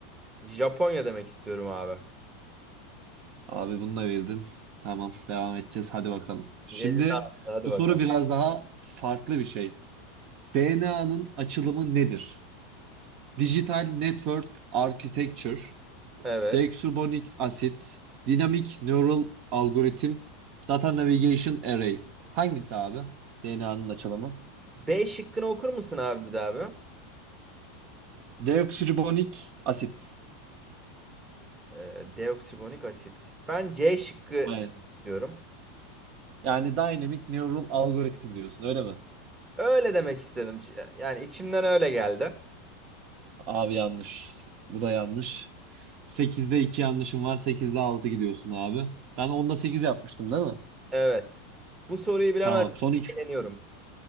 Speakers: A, on the right (about 20°); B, on the right (about 50°).
A: Japonya demek istiyorum abi.
B: Abi bunu da bildin. Tamam devam edeceğiz. Hadi bakalım. Şimdi
A: 7 daha. Hadi
B: bu
A: bakalım.
B: soru biraz daha farklı bir şey. DNA'nın açılımı nedir? Digital Network Architecture,
A: Evet.
B: Deoxyribonucleic Acid, Dynamic Neural Algorithm, Data Navigation Array. Hangisi abi? DNA'nın açılımı.
A: B şıkkını okur musun abi bir daha abi?
B: Deoxyribonucleic Acid.
A: Ee, deoksiribonik asit. Ben C şıkkı demek
B: Aynen.
A: istiyorum.
B: Yani Dynamic Neural Algorithm diyorsun öyle mi?
A: Öyle demek istedim. C- Yani içimden öyle geldi.
B: Abi yanlış. Bu da yanlış. Sekizde 2 yanlışım var. Sekizde 6 gidiyorsun abi. Ben onda 8 yapmıştım değil mi?
A: Evet. Bu soruyu bilemezsem
B: Tamam. Son iki,
A: eleniyorum.